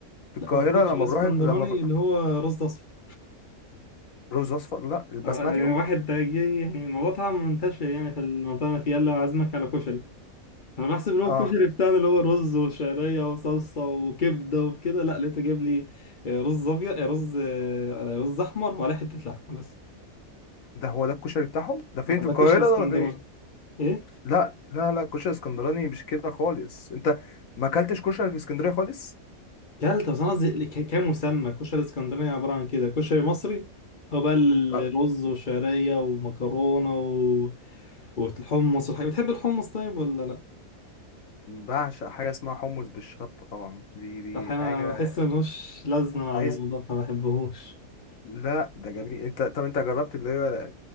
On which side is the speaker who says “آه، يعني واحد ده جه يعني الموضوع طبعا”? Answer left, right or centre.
Left